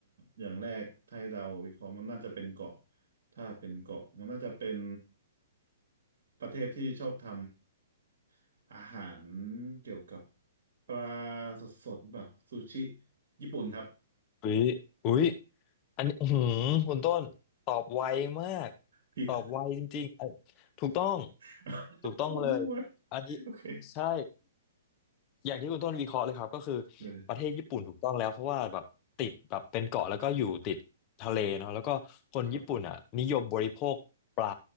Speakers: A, on the right; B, on the left.
A: อย่างแรกถ้าให้เราวิเคราะห์มันน่าจะเป็นเกาะถ้าเป็นเกาะมันน่าจะเป็นประเทศที่ชอบทำอาหารเกี่ยวกับปลาสดๆแบบซูชิญี่ปุ่นครับ
B: อุ้ยอุ้ย อันนี้อื้อหือคุณต้นตอบไวมาก
A: ผิด
B: ตอบไวจริงๆเอ้ยถูกต้อง
A: <laughs>
B: ถูกต้องเลย
A: โคตรมั่ว
B: อันนี้
A: โอเค
B: ใช่ อย่างที่คุณต้นวิเคราะห์เลยครับก็คือ
A: เลย
B: ประเทศญี่ปุ่นถูกต้องแล้วเพราะว่าแบบติดแบบเป็นเกาะแล้วก็อยู่ติดทะเลเนาะแล้วก็คนญี่ปุ่นอ่ะนิยมบริโภคปลา
A: ครับ